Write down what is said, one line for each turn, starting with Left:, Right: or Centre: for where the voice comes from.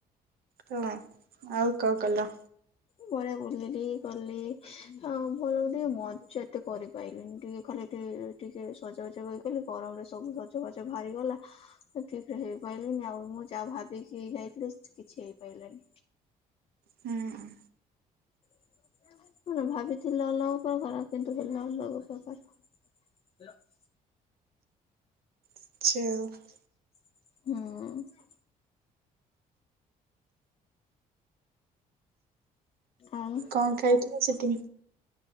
Right: ତମେ ଆଉ କଣ କଲ?
Left: ବଢ଼ିଆ ବୁଲିଲି ଗଲି ଆଉ ଭଲ ଟିକେ ମଜା ଏତେ କରିପାଇଲିନି ଟିକେ ଖଲେ ଟିଏ ଟିକେ ସଜବାଜ ହେଇଗଲି ଗରମରେ ସବୁ ସଜବାଜ ଭାହାରିଗଲା। ସେ ଠିକ୍ରେ ହେଇପାଇଲିନି ଆଉ ମୁଁ ଯାହା ଭାବିକି ଯାଇଥିଲି କିଛି ହେଇପାରିଲାନି।
Right: ହୁଁ ହୁଁ।
Left: <inaudible> ମୁଁ ତ ଭାବିଥିଲି ଅଲଗା ପ୍ରକାର କିନ୍ତୁ ହେଲା ଅଲଗା ପ୍ରକାର। <unintelligible>
Right: ଚ୍ଛେଅ।
Left: ହୁଁ। ଆଉ
Right: କଣ ଖାଇଥିଲ ସେଠି?